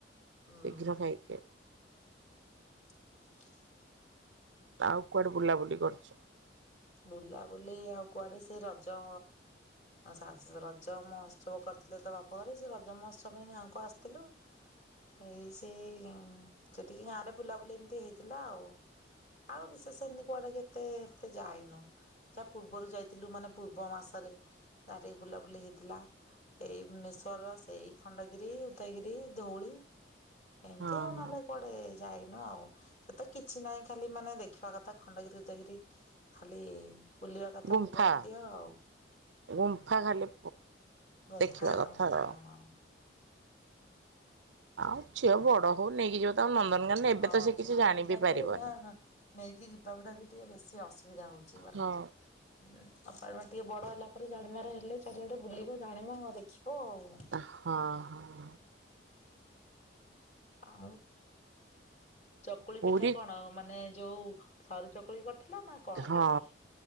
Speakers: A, on the left; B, on the right.
A: ହୁଁ
B: ଶୀଘ୍ର ଖାଇ
A: <inaudible>
B: ଆଉ କୁଆଡ଼େ ବୁଲାବୁଲି କରୁଛ?
A: ବୁଲାବୁଲି ଆଉ କୁଆଡ଼େ ସେଇ ରଜ ଶା ରଜ ମହୋତ୍ସବ କରିଥିଲେ ତ ବାପଘରେ ସେ ରଜ ମହୋତ୍ସବ ପାଇଁ ଗାଁକୁ ଆସିଥିଲୁ। ଏଇ ସେ ସେଠିକି ଗାଁ ରେ ବୁଲାବୁଲି ଏମିତି ହେଇଥିଲା ଆଉ। ଆଉ ବିଶେଷ ଏମିତି କୁଆଡ଼େ କେତେ ଏତେ ଯାଇନୁ ଯାହା ପୂର୍ବରୁ ଯାଇଥିଲୁ ମାନେ ପୂର୍ବ ମାସରେ ଜାହା ଟିକେ ବୁଲାବୁଲି ହେଇଥିଲା। ଏଇ ଭୁବନେଶ୍ୱର ର ସେଇ ଖଣ୍ଡଗିରି ଉଦୟଗିରି ଧଉଳି ଏମିତି
B: ହଁ
A: ଆଉ ନହେଲେ କୁଆଡେ ଏ ଯାଇନୁ ଆଉ ସେତ କିଛି ନାହିଁ ଖାଲି ମାନେ ଦେଖିବା କଥା ଖଣ୍ଡଗିରି ଉଦୟଗିରି ଖାଲି ବୁଲିବା କଥା
B: ଗୁମ୍ଫା
A: ପୂର୍ବ <unintelligible> ଆଉ।
B: ଗୁମ୍ଫା ଖାଲି
A: ଗୁମ୍ଫା
B: ଦେଖିବା କଥା ଆଉ।
A: ହଁ
B: ଆଉ ଝିଅ ବଡ଼ ହଉ ନେଇକି ଯିବ। ତାକୁ ନନ୍ଦନକାନନ ଏବେ
A: ହଁ
B: ତ ସେ କିଛି
A: ଛୋଟ
B: ଜାଣି
A: ପିଲାକୁୁ
B: ବି ପାରିବନି।
A: ଏଇନା ନେଇକି ଯିବା ଗୁଡ଼ା ବି ଟିକେ ବେଶୀ ଅସୁବି ଜାଉଛି ମାନେ
B: ହଁ
A: <unintelligible> ଟିକେ ବଡ଼ ହେଲା ପରେ ଜାଣିବାର ହେଲେ ଚାରିଆଡ଼େ ବୁଲିବ ଜାଣିବ ଦେଖିବ ଆଉ।
B: ଏ ହଁ, ହଁ।
A: ଆଉ ଚକୁଳି
B: ପୁରୀ
A: ପିଠା କଣ ମାନେ ଯୋଉ ସରୁ ଚକୁଳି କରିଥିଲ ନା କଣ
B: ହଁ
A: କେମିତି?